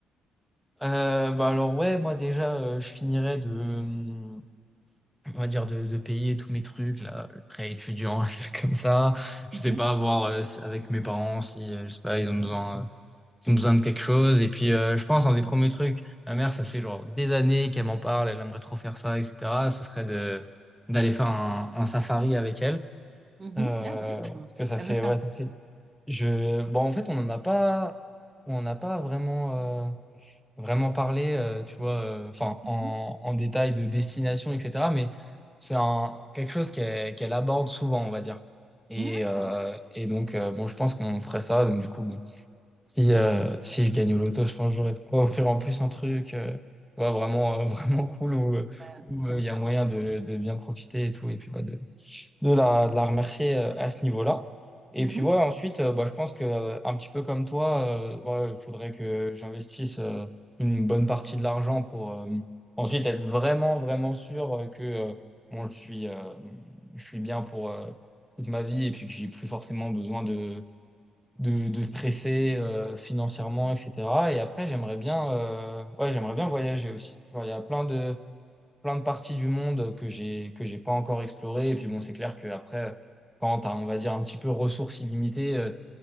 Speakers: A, in the centre; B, on the right.
A: Euh, bah alors ouais, moi déjà, euh, je finirais de, hum, on va dire de, de payer tous mes trucs, là, le prêt étudiant, <laughs> un truc comme ça. Je
B: Mhm.
A: sais pas, voir euh, si- avec mes parents si, euh, je sais pas, ils ont besoin, euh, ils ont besoin de quelque chose. Et puis, euh, je pense, un des premiers trucs, ma mère, ça fait genre des années qu'elle m'en parle, elle aimerait trop faire ça, etc. Ce serait de d'aller faire un, un safari avec elle.
B: Mhm.
A: Euh,
B: Ah, bien.
A: parce que ça
B: Elle
A: fait,
B: veut faire.
A: ouais, ça fait. Je, bon, en fait, on n'en a pas. On n'a pas vraiment, euh, vraiment parlé, euh, tu vois, euh, enfin, en,
B: Mhm.
A: en détail de destination, etc. Mais c'est un, quelque chose qu'elle qu'elle aborde souvent, on va dire. Et,
B: D'accord.
A: euh, et donc, euh, bon, je pense qu'on ferait ça. Donc, du coup, bon, si, euh, si je gagne au loto, je pense que j'aurais de quoi offrir en plus un truc euh, ouais, vraiment, euh, <laughs> vraiment cool où,
B: Ouais,
A: où
B: c'est sympa,
A: euh, il y a moyen
B: ouais.
A: de, de bien profiter et tout. Et puis, bah, de, de la, de la remercier euh, à ce niveau-là. Et
B: Mhm.
A: puis ouais, ensuite, euh, bah, je pense que euh, un petit peu comme toi, euh, ouais, il faudrait que j'investisse euh, une bonne partie de l'argent pour euh, ensuite être vraiment, vraiment sûr euh, que euh, bon, je suis, euh, je suis bien pour euh, toute ma vie et puis que j'ai plus forcément besoin de, de, de stresser euh, financièrement, etc. Et après, j'aimerais bien, euh, ouais, j'aimerais bien voyager aussi. Genre, il y a plein de plein de parties du monde que j'ai que j'ai pas encore explorées. Et puis bon, c'est clair que après, quand t'as, on va dire, un petit peu ressources illimitées, euh,